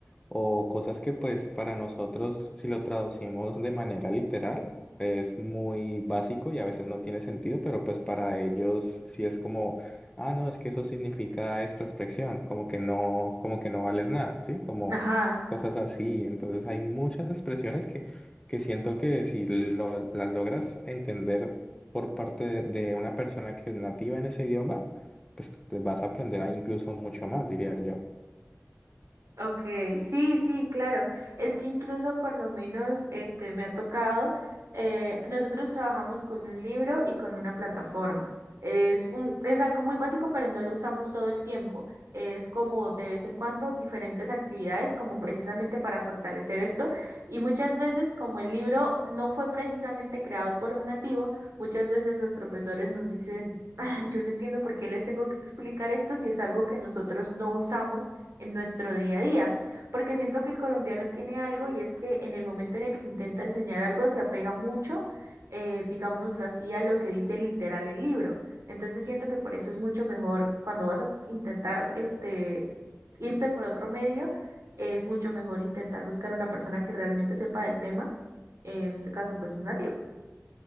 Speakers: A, on the left; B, on the right.
A: o cosas que pues para nosotros, si lo traducimos de manera literal, es muy básico y a veces no tiene sentido, pero pues para ellos sí es como, ah, no, es que eso significa esta expresión, como que no, como que no vales nada, ¿sí? Como
B: Ajá,
A: cosas así. Entonces hay muchas expresiones que, que siento que si lo- las logras entender por parte de, de una persona que es nativa en ese idioma, pues te vas a aprender a- incluso mucho más, diría yo.
B: okay, sí, sí, claro. Es que incluso por lo menos este me ha tocado, eh, nosotros trabajamos con un libro y con una plataforma. Es un, es algo muy básico, pero no lo usamos todo el tiempo. Es como de vez en cuando diferentes actividades, como precisamente para fortalecer esto. Y muchas veces, como el libro no fue precisamente creado por un nativo, muchas veces los profesores nos dicen, <laughs> "Ah, yo no entiendo por qué les tengo que explicar esto si es algo que nosotros no usamos en nuestro día a día, porque siento que el colombiano tiene algo y es que en el momento en el que intenta enseñar algo se apega mucho, eh, digámoslo así, a lo que dice literal el libro. Entonces siento que por eso es mucho mejor cuando vas a intentar este irte por otro medio, es mucho mejor intentar buscar una persona que realmente sepa del tema, eh, en este caso pues un nativo.